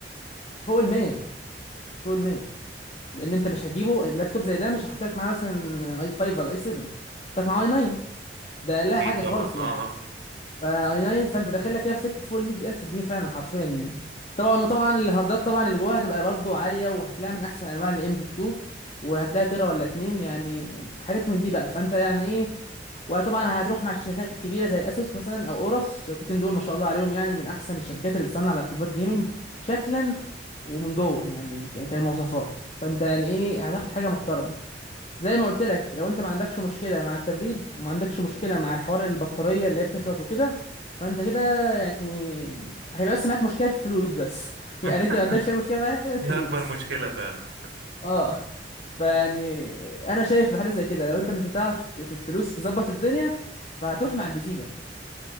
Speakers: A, on the left (about 40°); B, on the right (about 70°).
A: فوق ال 100 فوق ال 100 لان انت
B: مم.
A: مش هتجيبه اللابتوب زي ده مش هحط لك معاه مثلا اي 5 ولا اي 7 هحط لك معاه اي 9 ده لا
B: اكيد
A: حاجه
B: طبعا
A: خالص يعني
B: اه
A: ما اي ناين فانت داخل لك كده في سكه فوق ال 100000 جنيه فعلا حرفيا يعني طبعا وطبعا الهاردات طبعا اللي جواها هتبقى برضو عاليه وهتلاقي من احسن انواع الام دوت 2 وهتلاقي تيرا ولا اتنين يعني حاجات من دي بقى فانت يعني ايه وطبعا هتروح مع شركات كبيره زي اسوس مثلا او اورس الشركتين دول ما شاء الله عليهم يعني من احسن الشركات اللي بتصنع لابتوبات جيمنج شكلا ومن جوه يعني ك- كمواصفات فانت يعني ايه هتاخد حاجه محترمه زي ما قلت لك لو انت ما عندكش مشكله مع التبريد وما عندكش مشكله مع الحوار البطاريه اللي هي بتخلص وكده فانت كده يعني هيبقى بس معاك مشكله في الفلوس بس <laughs> يعني
B: اه
A: انت
B: <laughs>
A: ما عندكش اي مشكله في حاجة غير الفلوس
B: دي اكبر مشكلة فعلا
A: اه فيعني انا شايف في حاله زي كده لو انت مش هتعرف ت- في الفلوس تظبط الدنيا فهتروح مع البي سي بقى